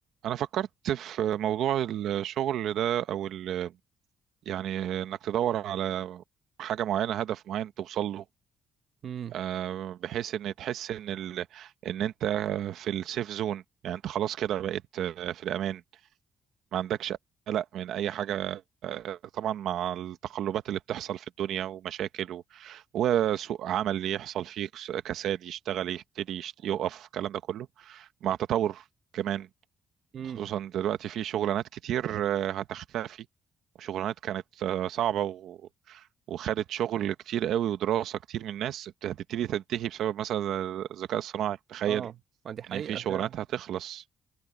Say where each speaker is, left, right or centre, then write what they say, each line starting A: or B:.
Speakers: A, on the right; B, on the right.
A: انا فكرت في موضوع الشغل ده او ال- يعني انك تدور على حاجه معينه هدف معين توصل له
B: امم
A: آه، بحيث ان تحس ان ال... ان انت في السيف زون يعني انت خلاص كده بقيت آه، في الامان ما عندكش قلق من اي حاجه آه، طبعا مع التقلبات اللي بتحصل في الدنيا ومشاكل و... وسوق عمل يحصل فيه كس- كساد يشتغل يبتدي يشت... يقف الكلام ده كله مع تطور كمان
B: امم
A: خصوصا دلوقتي في شغلانات كتير آه، هتختفي وشغلانات كانت آه، صعبة و... وخدت شغل كتير قوي ودراسة كتير من الناس بت- هتبتدي تنتهي بسبب مثلا ز- الذكاء الصناعي تخيل
B: اه ما دي حقيقة
A: ان في شغلانات
B: فعلا
A: هتخلص